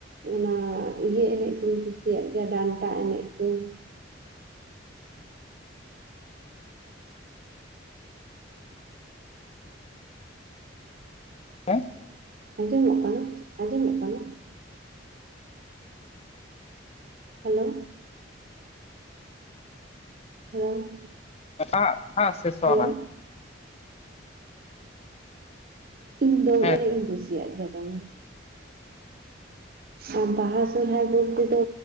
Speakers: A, on the right; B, on the left.
A: ᱚᱱᱟ ᱤᱭᱟᱹ ᱮᱱᱮᱡ ᱠᱩᱧ ᱠᱩᱥᱤᱭᱟᱜ ᱜᱮᱭᱟ ᱰᱟᱱᱴᱟ ᱮᱱᱮᱡ ᱩᱸ
B: ᱮᱸ
A: ᱟᱸᱡᱚᱢᱚᱜ ᱠᱟᱱᱟ ᱟᱸᱡᱚᱢᱚᱜ ᱠᱟᱱᱟ? ᱦᱮᱞᱳ ᱦᱮᱞᱳ
B: ᱮᱴᱟᱜ-ᱟᱜ ᱥᱮ ᱥᱚᱦᱨᱟᱭ?
A: ᱦᱮᱞᱳ ᱤᱧ ᱫᱚᱝ
B: ᱦᱮᱸ
A: ᱮᱱᱮᱡ ᱤᱧ ᱠᱩᱥᱤᱭᱟᱜ ᱜᱮᱭᱟ ᱫᱚᱢᱮ ᱟᱨ ᱵᱟᱦᱟ ᱥᱚᱦᱨᱟᱭ ᱵᱚᱞᱛᱮ ᱫᱚ